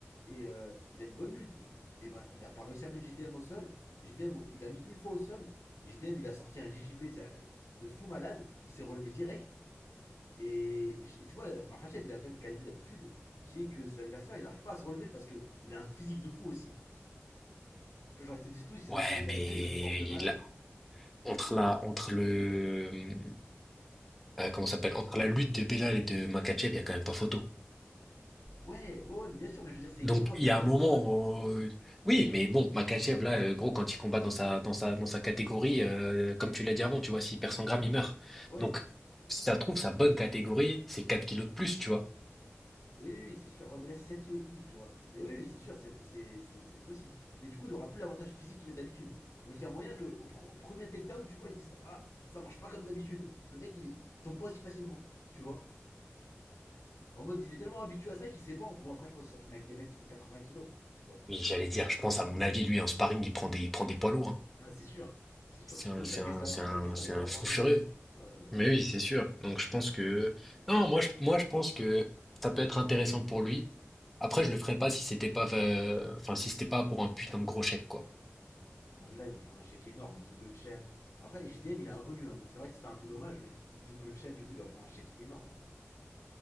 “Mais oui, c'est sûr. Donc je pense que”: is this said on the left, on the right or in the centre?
Centre